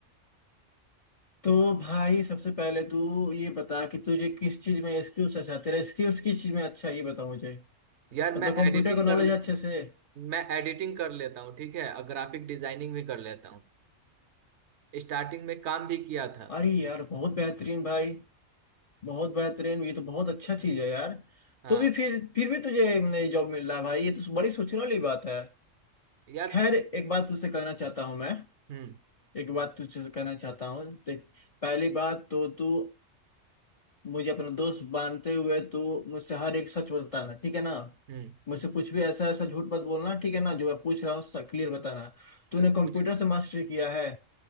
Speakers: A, on the left (about 55°); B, on the right (about 70°).
A: तो भाई सबसे पहले तू ये बता कि तुझे किस चीज में स्किल्स अच्छा तेरा स्किल्स किस चीज में अच्छा है, ये बता मुझे
B: यार मैं
A: मतलब कंप्यूटर
B: एडिटिंग
A: का
B: कर
A: नॉलेज अच्छे से
B: मैं एडिटिंग कर लेता हूँ ठीक है और ग्राफिक डिजाइनिंग भी कर लेता हूँ स्टार्टिंग में काम भी किया था
A: अरे यार बहुत बेहतरीन भाई बहुत बेहतरीन ये तो बहुत अच्छा चीज है यार
B: हाँ
A: तो भी फिर फिर भी तुझे नई जॉब मिल रहा है भाई ये तो बड़ी सोचने वाली बात है
B: यार
A: खैर एक बात तुझसे कहना चाहता हूँ मैं
B: हम्म
A: एक बात तुझसे कहना चाहता हूँ देख पहली बात तो तू मुझे अपना दोस्त मानते हुए तू मुझसे हर एक सच बताना ठीक है ना
B: हम्म
A: मुझसे कुछ भी ऐसा ऐसा झूठ मत बोलना ठीक है ना जो मैं पूछ रहा हूँ क्लियर बताना तूने
B: अब
A: कंप्यूटर
B: कुछ
A: से मास्टरी किया है